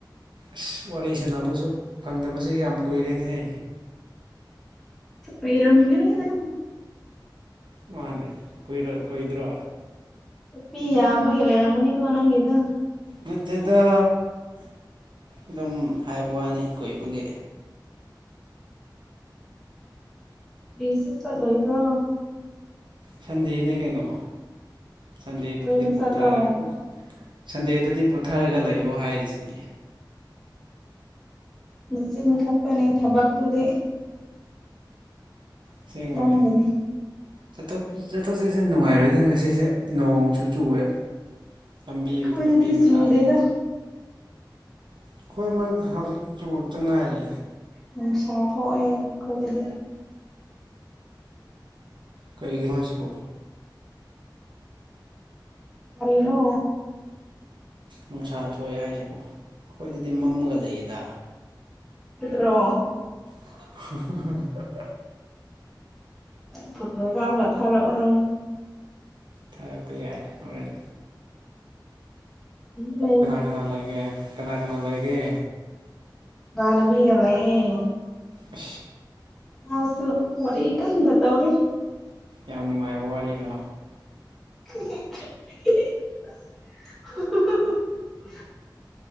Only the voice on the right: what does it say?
ꯑꯁ ꯋꯥꯔꯤ ꯁꯥꯟꯅꯕꯁꯨ ꯐꯪꯗꯕꯁꯤ ꯌꯥꯝ ꯀꯨꯏꯔꯦꯅ ꯍ
ꯃꯥꯅꯦ ꯀꯣꯏꯔ ꯀꯣꯏꯗ꯭ꯔꯣ
ꯅꯠꯇꯦꯗ ꯑꯗꯨꯝ ꯍꯥꯏꯕ ꯋꯥꯅꯤ ꯀꯨꯏꯕꯒꯤ
ꯁꯟꯗꯦꯅꯦ ꯀꯩꯅꯣ ꯁꯟꯗꯦꯗꯨꯗꯤ
ꯄꯣꯊꯥꯔꯒ
ꯁꯟꯗꯦꯗꯗꯤ ꯄꯣꯊꯔꯒ ꯂꯩꯌꯑꯣ ꯍꯥꯏꯔꯤꯁꯤꯗꯤ
ꯑꯁꯦꯡꯕꯅꯦ
ꯆꯠꯊꯣꯛ ꯆꯠꯁꯤꯟ ꯅꯨꯡꯉꯥꯏꯔꯣꯏ ꯍꯗꯪ ꯉꯁꯤꯁꯦ ꯅꯣꯡꯁꯨ ꯆꯨꯑꯦ ꯂꯝꯕꯤ
ꯂꯝꯕꯤ ꯃꯇꯁꯤꯒ
ꯑꯩꯈꯣꯏ ꯃꯔꯛ ꯍꯧꯖꯤꯛ ꯇꯨꯔꯇ ꯉꯥꯏꯔꯤ
ꯀꯩꯒꯤ ꯃꯥꯁꯤ ꯄꯣ
ꯅꯨꯡꯁꯥ ꯊꯣꯛꯑꯦ ꯍꯥꯏꯁꯤꯕꯨ ꯑꯩꯈꯣꯏꯗꯗꯤ ꯃꯝꯃꯒ ꯂꯩꯌꯦꯗ
<inaudible>
ꯊꯔꯛꯄ ꯌꯥꯥꯏꯔꯦꯟ
ꯀꯅꯥ ꯂꯩꯒꯦ ꯀꯅꯥ ꯀꯅꯥ ꯂꯩꯒꯦ
ꯑ
ꯌꯥꯝ ꯅꯨꯡꯉꯥꯏꯕ ꯋꯥꯔꯤꯔꯣ